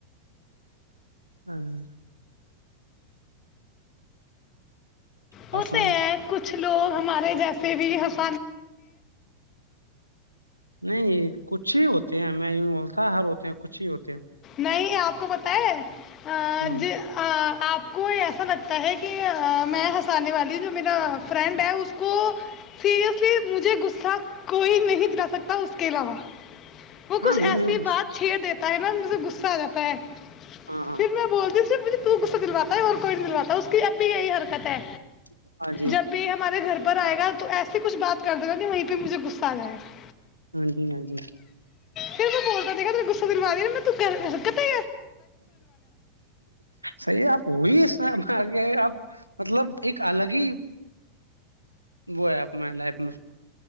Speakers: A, on the right (about 85°); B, on the left (about 30°).
A: ہاں اور
B: وہ
A: سنائیے
B: تو ہے کچھ کچھ لوگ ہمارے جیسے بھی ہم
A: نہیں کچھ ہی ہوتے ہیں میں ی نہیں بولتا ہر ہوتے ہیں کچھ ہی ہوتے ہیں
B: نہیں آپ کو بتاائے آ
A: ہ
B: ج آ آپ کو ایسا لگتا ہے کہ میں ہسانے والا میر فرینڈ ہے اس کو سیریسلی مجھے ہ کوئی نہیں دلا سکتا اس کے علاوہ وہ
A: ہاں
B: کچھ
A: نہیں
B: ایسی
A: نہیں بس
B: بات چھیر دیتا ہے نا غصہ آتا ہے
A: ہاں ہاں
B: پھر میں بولتی ہوںر مجھے تو غصہ دلواتا ہے اور کوئی نہیں دلواتا اس کی اب بھی یہی حرکت ہے
A: ہاں جی
B: جب بھی ہمارے گھر پر آئے گا تو ایسسی کچھ بات کر دے گا کہ وہیں پہ مجھے غصہ آ جائے گا
A: ہاں جی ہاں جی
B: پھر میں بولتا د کہا ما گغسا دنا د رہ کتے
A: صحیح آپ وہی اس آ گ آپ مطلب ایک الگ ہی <unintelligible> وہ ہے اپنے لائف میں